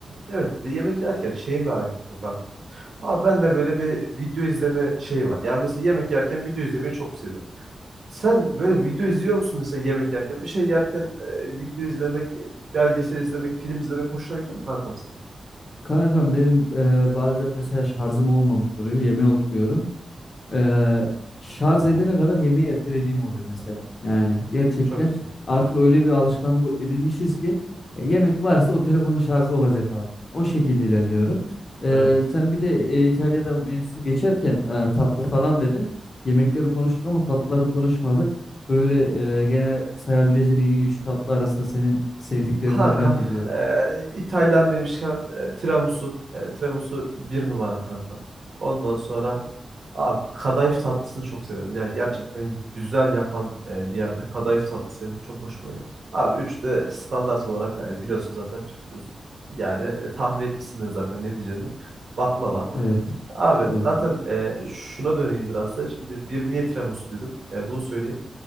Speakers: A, on the right; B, on the left.
A: evet bir de yemek yerken şeyi merak ettim kanka. Abi ben de böyle bir video izleme şeyi var. Yani mesela yemek yerken video izlemeyi çok seviyorum. Sen böyle video izliyor musun mesela yemek yerken? Bir şey yerken e, video izlemek, e, belgesel izlemek, film izlemek hoşuna gidiyor mu kankam senin?
B: Kanka benim e, bazen mesela şarjım olmamış oluyor. Yemeğe oturuyorum. Ee, şarj edene kadar yemeği ertelediğim oluyor mesela. Yani gerçekten
A: Çok güzel.
B: artık öyle bir alışkanlık edinmişiz ki e, yemek varsa o telefonun şarjı olacak abi. O şekilde ilerliyorum. Ee,
A: Evet.
B: sen bir de e, İtalya'da mevzusu geçerken e, tatlı falan dedin. Yemekleri konuştuk ama tatlıları konuşmadık. Böyle e, gene sayabileceğin en iyi 3 tatlı arasında senin sevdiklerini
A: Kankam,
B: merak ediyorum.
A: e, İtalyan demişken e, tiramisu, e, tiramisu bir numara kankam. Ondan sonra abi kadayıf tatlısını çok severim. Yani gerçekten güzel yapan e, bir yerde kadayıf tatlısı yemek çok hoşuma gidiyor. Abi üç de standart olarak e, biliyorsun zaten Türk'üz. Yani e, tahmin etmişsin de zaten ne diyeceğimi. Baklava.
B: Evet.
A: Abi
B: Evet.
A: zaten e, şuna döneyim biraz da. Şimdi bir niye tiramisu dedim. E, bunu söyleyeyim.